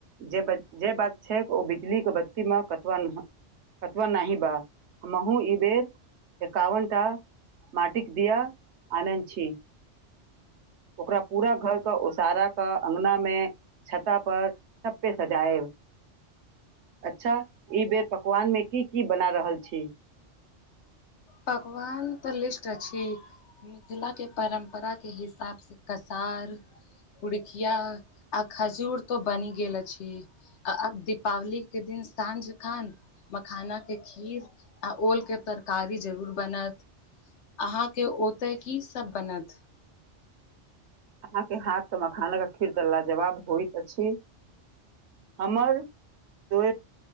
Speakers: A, on the right; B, on the left.
A: जे जे बात छैक ओ बिजली के बत्तीमे कतबा ना अथवा नाहि बा हमहू ई बेर एकावनटा माटिक दिया आनै छी। ओकरा पूरा घर क ओसारा क अंगना मे छता पर सब पे सजाएब। अच्छा ई बेर पकवानमे की की बना रहल छी?
B: पकवान तऽ लिस्ट अछि मिथिला के परम्परा के हिसाब से कसार पुड़ुकिया आ खजूर त बनि गेल अछि। अब दीपावली के दिन साँझ खान मखाना के खीर आ ओल के तरकारी जरूर बनत। अहाँके ओतय की सभ बनत?
A: के हाथ के मखानक खीर तऽ लाजवाब होइत अछि हमर तो